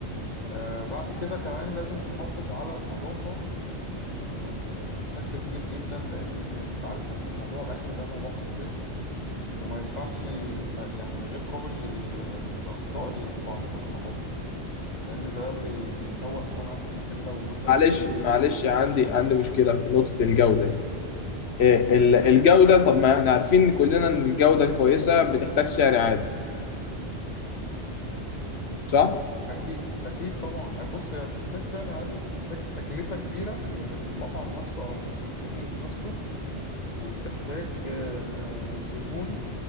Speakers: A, on the left; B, on the left.
A: آه بعد كده كمان لازم تحافظ على النظافة آه بشكل كبير جدا لأن أنت عارف إن موضوع الأكل ده موضوع حساس وما ينفعش ما يعني غير قابل لل- للأخطاء المتعلقة بالنظافة لأن ده بي- بيسوء سمعة المكان لو مثلا
B: معلش
A: فيه
B: معلش عندي عندي مشكله في نقطه الجوده إيه، ال- الجودة
A: طب
B: طب ما احنا عارفين كلنا ان الجودة الكويسة بتحتاج سعر عادي صح؟
A: أكيد أكيد طبعا بص هي بتحتاج سعر عالي بتحتاج تكلفة كبيرة من المطعم نفسه أو من البيزنس نفسه وبتحتاج آه، زبون